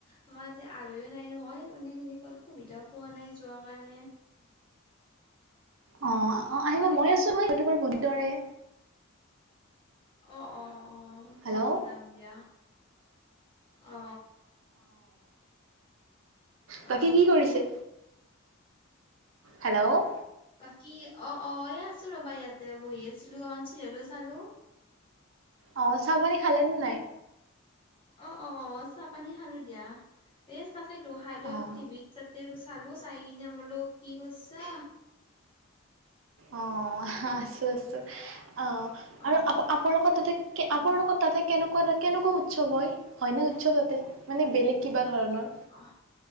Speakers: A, on the left; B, on the right.
A: আমাৰ ইতে আলহিও নাই নহয় মানে তেনেকুৱাত সুবিধাও পোৱা নাই যোৱা কাৰণে।
B: অ অহ আহিব মই আছো নহয় মই তোমাৰ ভনীৰ দৰে।
A: অ অ অ
B: হেল্ল'
A: যাম
B: অহ
A: যাম দিয়া অ
B: বাকী
A: অ
B: কি কৰিছে? হেল্ল'।
A: বাকী অ অয় আছো ৰবা ইয়াতে বহি আছিলো অন চিৰলো চালো।
B: অ চাহপানী খালেনে নাই।
A: অ অ অ চাহ পানী খালো দিয়া এ। কেই তো খাই লৈ
B: অ
A: অলপ টিভিত। ত চালো চাই কিনে বোলো কি কৰিছা।
B: অ আছো আছো। অ আৰু
A: অ
B: আ আপোনা লক তাতে
A: অ
B: আপোনা লক তাতে কেনেকুৱা লা- কেনেকুৱা উৎসৱ হয় হয়নে উৎসৱ তাতে মানে বেলেগ কিবা। ধৰণৰ?
A: অ